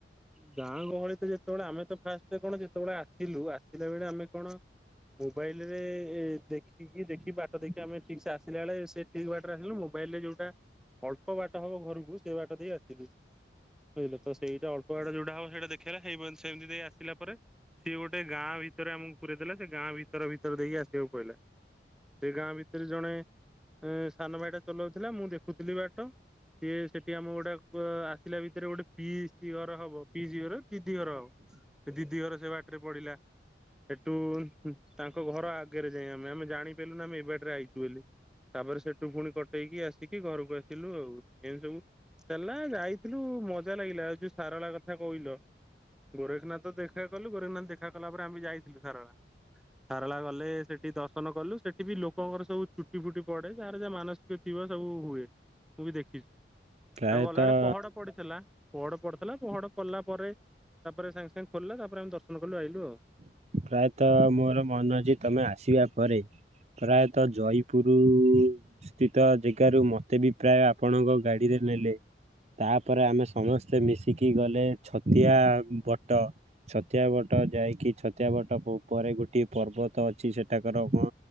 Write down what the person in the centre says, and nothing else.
ଗାଁ ଗହଳି ତ ଯେତେବେଳେ ଆମେ ତ ଫାଷ୍ଟ କଣ ଯେତେବେଳେ ଆସିଲୁ ଆସିଲା ବେଳେ ଆମେ କଣ ମୋବାଇଲ ରେ ଏ ଦେଖିକି ଦେଖି ବାଟ ଦେଖି ଆମେ ଠିକ୍ ସେ ଆସିଲା ବେଳେ ସେ ଠିକ୍ ବାଟରେ ଆସିଲୁନୁ। ମୋବାଇଲରେ ଯୋଉଟା ଅଳ୍ପ ବାଟ ହବ ଘରକୁ ସେ ବାଟ ଦେଇ ଆସିଲୁ ବୁଝିଲେ ତ ସେଇଟା ଅଳ୍ ପ ବାଟ ଯୋଉଟା ହବ ସେଇଟା ଦେଖେଇଲା ହେଇ ପ ସେମିତି ଦେଇ ଆସିଲା ପରେ ସିଏ ଗୋଟେ ଗାଁ ଭିତରେ ଆମକୁ ପୁରେଇ ଦେଲା ସେ ଗାଁ ଭିତର ଭିତର ଦେଇକି ଆସିବାକୁ ପଇଲା। ସେ ଗାଁ ଭିତରେ ଜଣେ ଏ ସାନ ଭାଇଟା ଚଲାଉଥିଲା ମୁଁ ଦେଖୁଥିଲି ବାଟ। ସିଏ ସେଠି ଆମ ଗୋଟେ ଅ ଆସିଲା ଭିତରେ ଗୋଟେ ପିଇ-ଇସୀ ଘର ହବ ପିଇସୀ ଘର ଦିଦି ଘର ହବ ସେ ଦିଦି ଘର ସେ ବାଟରେ ପଡିଲା। ସେଠୁ-ଉ-ଉ-ଉ ଉ ତାଙ୍କ ଘର ଆଗରେ ଯାଇ ଆମେ ଆମେ ଜାଣିପାରିଲୁନୁ ଆମେ ଏ ବାଟରେ ଆଇଛୁ ବୋଲି। ତାପରେ ସେଠୁ ଫୁଣି କଟେଇକି ଆସିକି ଘରକୁ ଆସିଲୁ ଆଉ ଏମତି ସବୁ ଦେଲା ଯାଇଥିଲୁ ମଜା ଲାଗିଲା ଯୋଉ ସାରଳା କଥା କହିଲ ଗୋରେଖନାଥ ତ ଦେଖା କଲୁ, ଗୋରେଖନାଥ ଦେଖା କଲା ପରେ ଆମେ ଯାଇଥିଲୁ ସାରଳା। ସାରଳା ଗଲେ ସେଠି ଦର୍ଶନ କଲୁ ସେଠି ବି ଲୋକଙ୍କର ସବୁ ଚୁଟି ଫୁଟି ପଡେ ଯାହାର ଯାହା ମାନସିକ ଥିବ ସବୁ ହୁଏ ମୁଁ ବି ଦେଖିଛି
ଆଉ ଗଲାବେଳେ ପହଡ ପଡିଥିଲା ପହଡ ପଡି ଲା ପହଡ଼ ପଡିଲା ପରେ ତାପରେ ସାଙ୍ଗେ ସାଙ୍ଗେ ଖୋଲିଲା ତାପରେ ଆମେ ଦର୍ଶନ କଲୁ ଆଇଲୁ ଆଉ।